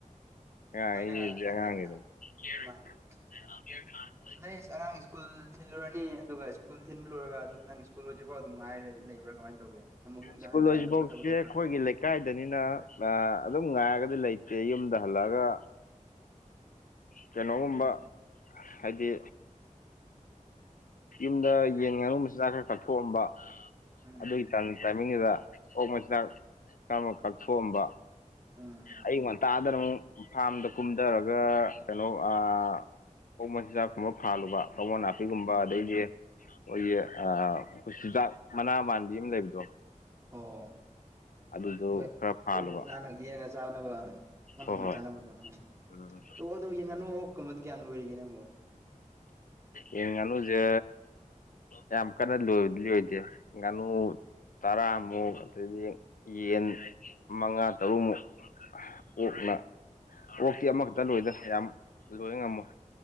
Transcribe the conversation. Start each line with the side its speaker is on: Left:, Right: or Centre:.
Left: ꯑꯉꯥꯡꯒꯩꯖꯤꯗꯤ
Right: ꯅꯣꯏꯅꯒ ꯍꯥꯏꯗꯤ
Left: ꯑꯉꯥꯡꯅꯤꯗꯅ ꯀꯦ
Right: ꯃꯥꯅꯤ
Left: <unintelligible>
Right: ꯃꯥꯅꯤ
Left: <unintelligible>
Right: ꯑꯗꯩ ꯑꯉꯥꯡ ꯁ꯭ꯀꯨꯜ ꯊꯤꯜꯂꯨꯔꯅꯤ ꯑꯗꯨꯒ ꯁ꯭ꯀꯨꯜ ꯊꯤꯟꯕꯂ‌ꯣꯏꯔꯒ ꯑꯗꯨꯝ ꯅꯪ <inaudible> ꯁ꯭ꯀꯨꯜꯨ꯭ꯔꯤꯐꯥꯎ ꯑꯗꯨꯝ ꯉꯥꯏ ꯂꯩꯕ꯭ꯔꯥ ꯀꯃꯥꯏꯅ ꯇꯒꯦ ꯑꯃꯛ ꯌꯨꯝꯗ
Left: ꯁ꯭ꯀꯨꯜ
Right: ꯍꯟꯕ꯭ꯔ
Left: ꯍꯧꯖꯤꯛꯐꯥꯎꯁꯦ
Right: ꯑꯇꯣꯞꯄ ꯊꯕꯛ ꯆꯠꯄꯔꯥ
Left: ꯑꯩꯈꯣꯏꯒꯤ ꯂꯩꯀꯥꯏꯗꯅꯤꯅ ꯑꯗꯨꯝ ꯉꯥꯏꯔꯒꯗꯤ ꯂꯩꯇꯦ ꯌꯨꯝꯗ ꯍꯜꯂꯛꯑꯒ ꯀꯩꯅꯣꯒꯨꯝꯕ
Right: ꯎꯝ
Left: ꯍꯥꯏꯗꯤ ꯌꯨꯝꯗ ꯌꯦꯟ ꯉꯥꯅꯨ ꯃꯆꯤꯟ ꯖꯥꯛ ꯈꯔ ꯀꯛꯊꯣꯛꯑꯝꯕ
Right: ꯎꯝ
Left: ꯑꯗꯨꯒꯤ ꯇꯥꯏꯃꯤꯡꯗꯨꯗ ꯑꯣꯛ ꯃꯆꯤꯟꯗꯥꯛ ꯀꯔꯝꯕ <unintelligible> ꯀꯛꯊꯣꯛꯑꯝꯕ
Right: ꯎꯝ
Left: ꯑꯌꯨꯛ ꯉꯟꯇꯥꯗꯅ ꯑꯃꯨꯛ ꯐꯥꯔ꯭ꯝꯗ ꯀꯨꯝꯗꯔꯒ ꯀꯩꯅꯣ ꯑꯥ ꯑꫭꯛ ꯃꯆꯤꯟꯖꯥꯛꯀꯨꯝꯕ ꯐꯥꯥꯜꯂꯨꯕ ꯀꯕꫭ ꯅꯥꯄꯤ ꯑꯗꯩꯗꯤ
Right: ꯎꯝ
Left: ꯑꯩꯈꯣꯏꯒꯤ ꯑꯈꫭꯏꯒꯤ ꯆꯤꯟꯖꯥꯛ ꯃꯅꯥ ꯃꯥꯟꯕꯤ ꯑꯃ ꯂꯩꯕꯗꯣ
Right: ꯑꯣ
Left: ꯑꯗꯨꯗꯣ
Right: ꯍꯣꯏ
Left: ꯈꯔ ꯐꯥꯜꯂꯨꯕ
Right: ꯑꯣꯛ ꯉꯥꯟꯅ ꯌꯦꯟꯅ ꯆꯥꯅꯕ ꯉꯥꯅꯨꯅ
Left: ꯍꯣꯏ ꯍꯣꯏ
Right: ꯆꯥꯅꯕꯗꯣ
Left: ꯎꯝ
Right: ꯑꯣ ꯑꯗꫭ ꯌꯦꯟ ꯉꯥꯅꯨ ꯑꫭꯛ ꯀꯨꯝꯕꯗꯤ ꯀꯌꯥꯝ ꯂꯣꯏꯔꯤꯒꯦ ꯅꯪꯕꯣ
Left: ꯌꯦꯟ ꯉꯥꯅꯨꯁꯦ ꯌꯥꯝ ꯀꯟꯅ ꯂꫭꯏꯕꯗꯤ ꯑꯣꯏꯗꯦ ꯌꯦꯟ ꯉꯥꯅꯨ ꯇꯔꯥꯃꯨꯛ ꯑꯗꯩꯗꯤ ꯌꯦꯟ ꯃꯉꯥ ꯇꯔꯨꯛꯃꯨꯛ
Right: ꯎꯝ
Left: ꯑꯣꯛꯅ ꯑꯣꯛꯇꯤ ꯑꯃꯈꯛꯇ ꯂꯣꯏꯗ ꯌꯥꯝ ꯂꯣꯏ ꯉꯝꯃꯣꯏ